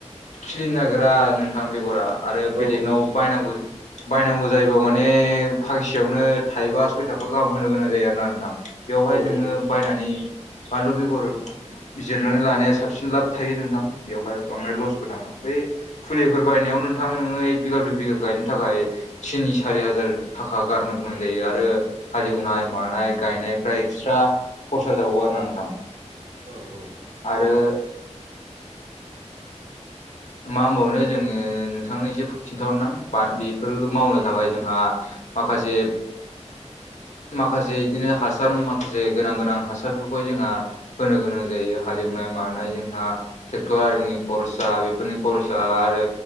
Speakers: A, on the left; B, on the right.
A: खिलिनो नागिरा नोंथां बेगरा आरो
B: औ
A: बेलेगनाव बायनांगौ बायनांगौ जायोबा माने फांसेयावनो थाइबा सय थाखा गाहाम होनो गोनां जायो आरोना नोंथां। बेवहाय
B: औ
A: नोङो बायनानै बानलु बेगर बिजिरनानै लानाया साबसिन लाब थायो नोंथां बेवहाय बांद्राय लसबो थाङा बे फुलिफोर बायनायाव नोंथां नोङो एक बिगा दुइ बिगा गायनो थाखाय थिनि सारि हाजार थाखा गारनो गोनां जायो आरो हालेवनाय मानाय गायनायफ्रा एक्सट्रा खरसा जाबावो आरो ना नोंथां।
B: औ औ। नोंथां
A: आरो मा होनबावनो जोङो नोंथांनो एसे खिन्थाहरनां बेफोर मावनो थाखाय जोंहा माखासे माखासे बिदिनो हासार माखासे गोनां गोनां हासारफोरखौ जोंहा होनो गोनां जायो हालेवनाय मानाय जोंहा ट्रेक्टर आरिनि खरसा बे फोरनि खरसा आरो